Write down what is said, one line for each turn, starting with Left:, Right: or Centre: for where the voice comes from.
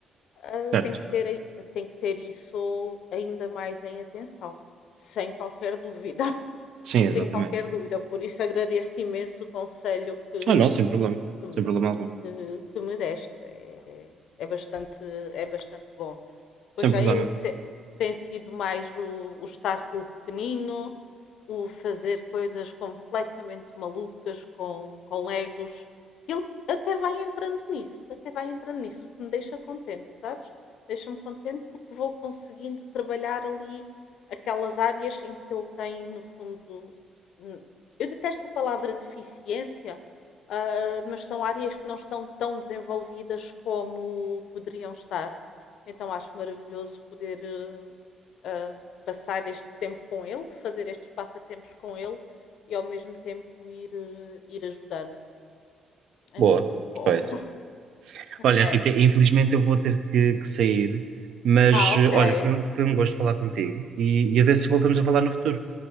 Left: ah,
Right: Certo.
Left: tem que ter tem que ter isso ainda mais em atenção, sem qualquer dúvida
Right: Sim,
Left: sem
Right: exatamente.
Left: qualquer dúvida. Por isso agradeço-te imenso o conselho que,
Right: Ah, não, sem problema.
Left: que, me,
Right: Sem problema algum.
Left: que, que me deste. É, é, bastante, é bastante bom. Pois
Right: Sem
Left: já
Right: problema.
Left: eu te- tem sido mais o, o estar com o pequenino, o fazer coisas completamente malucas com, com legos. E ele até vai entrando nisso, até vai entrando nisso, o que me deixa contente, sabes? Deixa-me contente porque vou conseguindo trabalhar ali aquelas áreas em que ele tem, no fundo. hum, Eu detesto a palavra deficiência, ah, mas são áreas que não estão tão desenvolvidas como poderiam estar. Então acho maravilhoso poder eh, ah, passar este tempo com ele, fazer estes passatempos com ele e ao mesmo tempo ir, eh, ir ajudando. É
Right: Boa.
Left: muito, muito bom.
Right: Perfeito.
Left: <laughs>
Right: Olha,
Left: É.
Right: Rita, infelizmente eu vou ter que, que sair, mas
Left: Ah, ok.
Right: eh, olha, foi, um- foi um gosto falar contigo e, e a ver se voltamos a falar no futuro.